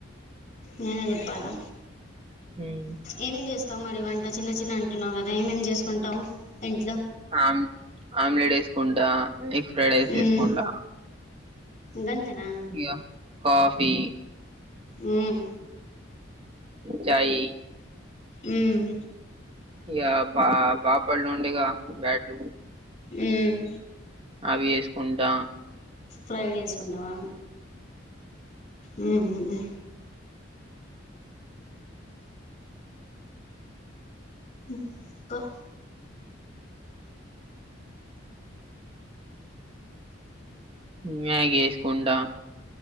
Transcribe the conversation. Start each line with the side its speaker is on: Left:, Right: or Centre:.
Left: నేనే చెప్పాలా
Right: ఉమ్మ్
Left: ఏమేం చేస్తావు మరి వంట చిన్న చిన్న అంటున్నావు కదా ఏమేం చేసుకుంటవు ఇంట్లో
Right: ఆమ్ ఆమ్లెట్ వేసుకుండా ఎగ్ ఫ్రైడైస్
Left: మ్మ్.
Right: వేసుకుంటా
Left: గంతేనా
Right: ఇగ కాఫీ
Left: మ్మ్.
Right: చాయి
Left: ఉమ్
Right: ఇగ పాపొళ్లుండుగా బ్యాట్లు
Left: హ్మ్మ్
Right: అవి ఏసుకుంటా
Left: ఫ్రైల్ చేసుకుంటావా ఉమ్ ఉహు ఉమ్ క్క
Right: ఇంగా గేసుకుంటా